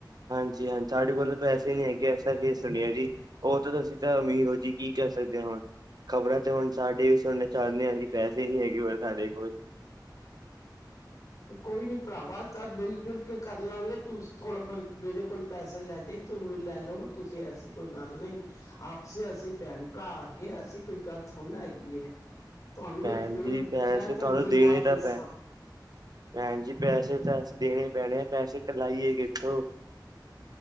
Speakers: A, on the right (about 55°); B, on the left (about 50°).
A: ਹਾਂਜੀ ਹਾਂਜੀ ਸਾਡੇ ਕੋਲ ਤਾਂ ਪੈਸੇ ਨੀ ਹੈਗੇ, ਐਸਾ ਕੀ ਸੁਣੀਏ ਜੀ ਹੋਰ ਓਥੋਂ ਤਾਂ ਸਿੱਧਾ ਅਮੀਰ ਹੋ ਜੀ, ਕੀ ਕਹਿ ਸਕਦੇ ਆਂ ਹੁਣ ਖਬਰਾਂ ਤੇ ਹੁਣ ਸਾਡੇ ਵੀ ਸੁਣਨਾ ਚਾਹਨੇ ਆ ਜੀ, ਪੈਸੇ ਨੀ ਹੈਗੇ ਹੋਰ ਸਾਡੇ ਕੋਲ
B: ਕੋਈ ਨੀ ਭਰਾਵਾ, ਸਬ ਮਿਲ ਜੁਲ ਕੇ ਕਰ ਲਾਂਗੇ, ਤੂੰ ਥੋੜਾ ਬਹੁਤ ਮੇਰੇ ਕੋਲ ਪੈਸੇ ਲੈ ਤੂੰ ਵੀ ਲੈ ਲੋ ਤੁਸੀਂ, ਐਸੀ ਕੋਈ ਗੱਲ ਨਹੀਂ ਆਪਸ ਅਸੀਂ ਭੈਣ ਭਰਾ ਹੈਗੇ, ਅਸੀਂ ਕੋਈ ਗੱਲ ਥੋੜੀ ਨਾ ਹੈਗੀ ਐ ਤੁਹਾਨੂੰ
A: ਭੈਣ
B: ਮੈਂ ਫੋਨ,
A: ਜੀ ਪੈਸੇ
B: ਮੈਂ ਤੁਹਾਨੂੰ ਦਿਲਵਾ
A: ਦੇਣੇ
B: ਦੇਸਾਂ
A: ਤਾਂ ਪੈ ਭੈਣ ਜੀ ਪੈਸੇ ਤਾਂ ਦੇਣੇ ਈ ਪੈਣੇ ਐ, ਪੈਸੇ ਕਢਾਈਏ ਕਿਥੋਂ?